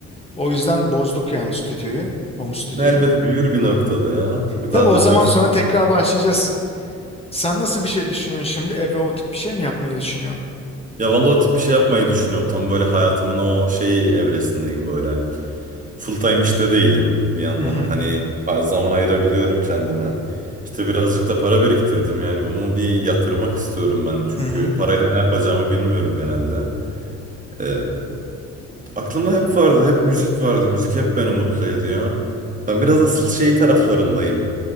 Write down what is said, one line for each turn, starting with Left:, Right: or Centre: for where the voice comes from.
Left: O yüzden bozduk yani stüdyoyu, home
Right: <laughs>
Left: stüdyoyu.
Right: Ne elbet büyür bir noktada ya. Bir
Left: Tabii
Right: daha
Left: o
Right: dönersin.
Left: zaman sonra tekrar başlayacağız. Sen nasıl bir şey düşünüyorsun şimdi? Eve o tip bir şey mi yapmayı düşünüyorsun?
Right: Ya vallahi o tip bir şey yapmayı düşünüyorum. Tam böyle hayatımın o şeyi evresindeyim böyle. Full time işte değilim bir yandan.
Left: Hı hı.
Right: Hani zaman ayırabiliyorum kendime. İşte birazcık da para biriktirdim yani bunu bir yatırmak istiyorum ben çünkü
Left: Hı hı.
Right: parayla ne yapacağımı bilmiyorum genelde. Ee, aklımda hep vardı, hep müzik vardı. Müzik hep beni mutlu ediyor. Ben biraz asıl şey taraflarındayım.